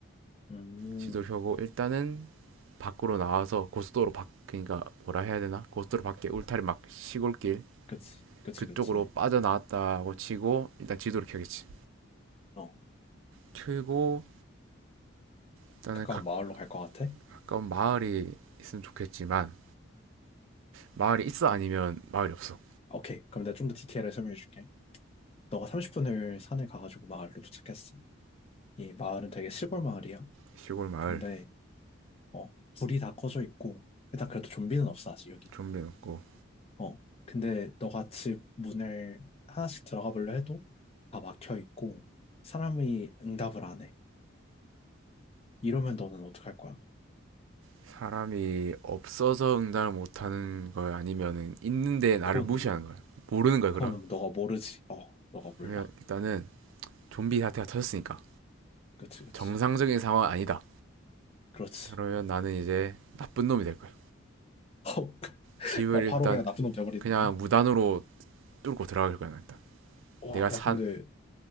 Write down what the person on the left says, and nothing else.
음,
그치. 그치,
그치.
어,
가까운
마을로 갈 것 같아?
오케이. 그럼 내가 좀 더 디테일을 설명해 줄게. 너가 30분을 산에 가가지고 마을로 도착했어. 이 마을은 되게 시골 마을이야.
근데, 어, 불이 다 꺼져 있고, 일단 그래도 좀비는 없어, 아직 여기는.
어, 근데 너가 집 문을 하나씩 들어가 보려 해도 다 막혀 있고 사람이 응답을 안 해. 이러면 너는 어떡할 거야?
그거는
그거는
너가 모르지. 어, 너가 몰라.
그치, 그치.
그렇지.
어,
<laughs> 어,
바로 그냥 나쁜 놈 돼버리는
거야?
와,
야, 근데